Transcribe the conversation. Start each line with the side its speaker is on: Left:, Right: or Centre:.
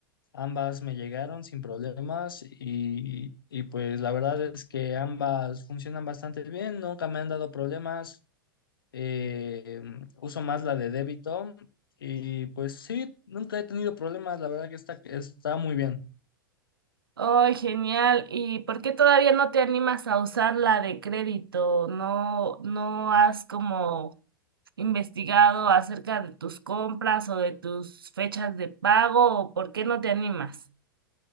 Left: Ambas me llegaron sin problemas y, y pues la verdad es que ambas funcionan bastante bien, nunca me han dado problemas, eh, uso más la de débito y pues sí, nunca he tenido problemas, la verdad que está, está muy bien.
Right: Ay, genial. ¿Y por qué todavía no te animas a usar la de crédito? ¿No, no has como investigado acerca de tus compras o de tus fechas de pago? ¿O por qué no te animas?